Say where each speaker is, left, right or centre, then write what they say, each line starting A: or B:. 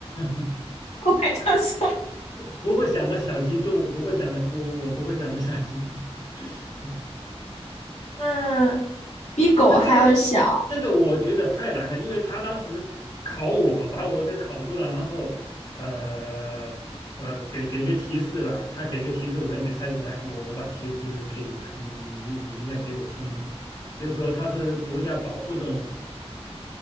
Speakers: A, on the left; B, on the left.
A: <laughs>
B: 我没告诉
A: 不会想到小鸡动物，不会想到我我我不会想到小鸡 <laughs>
B: 嗯，<laughs> 比狗还要小，
A: 那这个这个我觉得太难了，因为他当时考我，把我给考住了，然后呃呃给给个提示吧，他给个提示我也没猜出来，我我把提示给你吧，你你你你应该比我聪明，就说它是国家保护动物。